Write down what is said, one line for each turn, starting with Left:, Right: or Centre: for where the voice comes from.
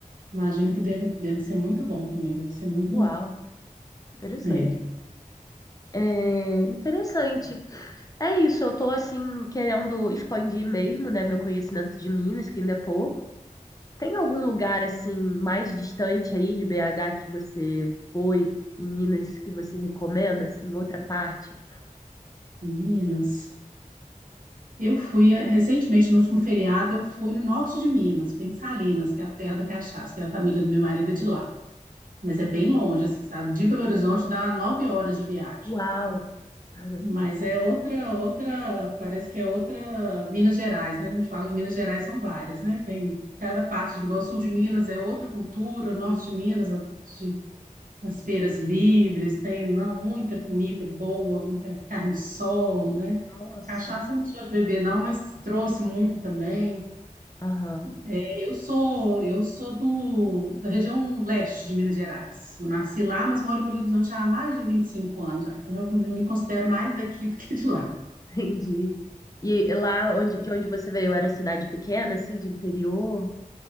Right: Imagino que deve, deve ser muito bom também, deve ser muito.
Left: Uau, interessante.
Right: É, é.
Left: É interessante. É isso, eu tô assim querendo expandir mesmo, né, meu conhecimento de Minas, que ainda é pouco. Tem algum lugar assim mais distante aí de BH que você foi em Minas que você recomenda assim, outra parte?
Right: em Minas. Eu fui eh, recentemente, no último feriado, eu fui no norte de Minas, fui em Salinas, que é a terra da cachaça, que é a família do meu marido é de lá. Mas é bem longe, assim, sabe? De Belo Horizonte dá nove horas de viagem.
Left: Uau, caramba.
Right: Mas é outra, outra, parece que é outra Minas Gerais, né? A gente fala que Minas Gerais são várias, né? Tem cada parte, igual o sul de Minas é outra cultura, o
Left: Sim.
Right: norte de Minas, a parte nas feiras livres, tem não, muita comida boa, muita carne de sol, né?
Left: Nossa.
Right: Cachaça eu não sou de beber, não, mas trouxe muito também.
Left: Aham,
Right: É, Eu sou, eu sou do, da região leste de Minas Gerais. Eu nasci lá, mas moro em Belo Horizonte há mais de 25 anos, já, então eu já me considero mais daqui do que de lá.
Left: <laughs> entendi. E lá onde, de onde você veio, era cidade pequena, assim, de interior?